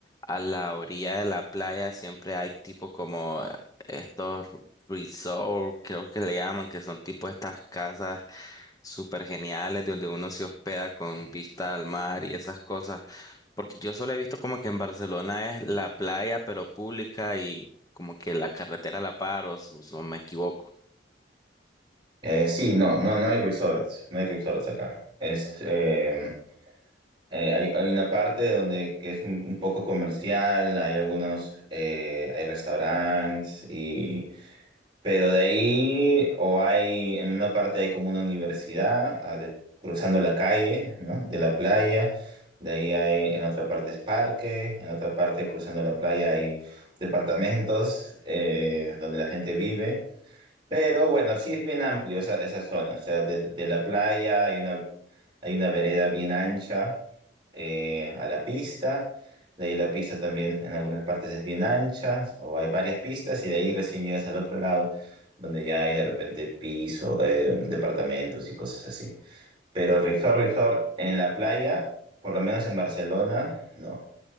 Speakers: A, on the left; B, on the right.
A: a la orilla de la playa siempre hay tipo como estos resorts, creo que le llaman, que son tipo estas casas súper geniales donde uno se hospeda con vista al mar y esas cosas. Porque yo solo he visto como que en Barcelona es la playa pero pública y como que la carretera a la par o, s- o me equivoco.
B: Eh, sí, no, no, no hay resorts, no hay resorts acá. Es, eh, eh, hay, hay una parte donde que es un, un poco comercial, hay algunos, eh, hay restaurantes y, pero de ahí o hay en una parte hay como una universidad ah, de- cruzando la calle, ¿no? De la playa. De ahí hay en otra parte es parque, en otra parte cruzando la playa hay departamentos eh, donde la gente vive. Pero bueno, sí es bien amplio esa, esa zona. O sea, de, de la playa hay una, hay una vereda bien ancha eh, a la pista. De ahí la pista también en algunas partes es bien ancha o hay varias pistas y de ahí recién llegas al otro lado donde ya hay de repente piso, eh, departamentos y cosas así. Pero resort, resort en la playa, por lo menos en Barcelona, no.